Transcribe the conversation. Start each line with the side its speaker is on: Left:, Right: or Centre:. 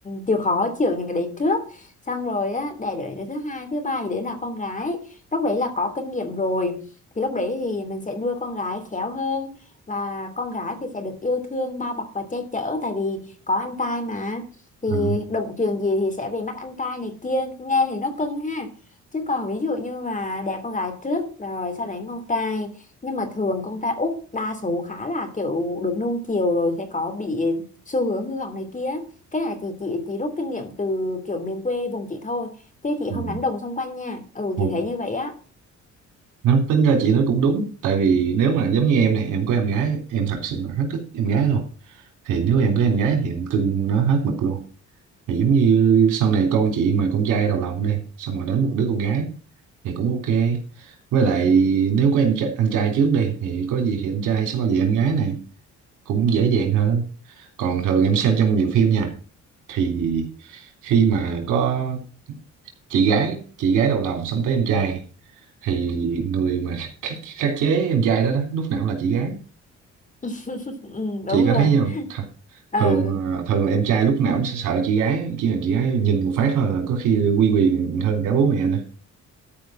Left: chịu khó chịu những cái đấy trước. Xong rồi á, đẻ đứa thứ hai, thứ ba gì đấy là con gái. Lúc đấy là có kinh nghiệm rồi thì lúc đấy thì mình sẽ nuôi con gái khéo hơn và con gái thì sẽ được yêu thương bao bọc và che chở tại vì có anh trai mà thì
Right: à,
Left: động chuyện gì thì sẽ về mắt anh trai này kia nghe thì nó cưng ha chứ còn ví dụ như mà đẻ con gái trước rồi sau đấy con trai nhưng mà thường con trai út đa số khá là kiểu được nuông chiều rồi sẽ có bị xu hướng hư hỏng này kia cái này chị chị chị rút kinh nghiệm từ kiểu miền quê vùng chị thôi chứ chị
Right: ừ.
Left: không đánh đồng xung quanh nha ừ
Right: ừ.
Left: chị thấy như vậy á
Right: Nó tính ra chị nói cũng đúng tại vì nếu mà giống như em này em có em gái em thật sự là rất thích em gái luôn thì nếu
Left: ừ
Right: em có em gái thì em cưng nó hết mực luôn thì giống như sau này con chị mà con trai đầu lòng đi xong rồi đến một đứa con gái thì cũng ok với lại nếu có em trai, anh trai trước đi thì có gì thì anh trai sẽ bảo vệ em gái này cũng dễ dàng hơn còn thường em xem trong nhiều phim nha thì khi mà có chị gái chị gái đầu lòng sắm tới em trai thì người mà khắc, khắc, khắc chế em trai đó đó lúc nào cũng là chị gái
Left: <laughs> ừ,
Right: chị
Left: đúng
Right: có
Left: rồi
Right: thấy không Th
Left: ừ,
Right: thường ờ, thường là em trai lúc nào cũng sẽ sợ chị gái chỉ cần chị gái nhìn một phát thôi là có khi quy quyền hơn cả bố mẹ nữa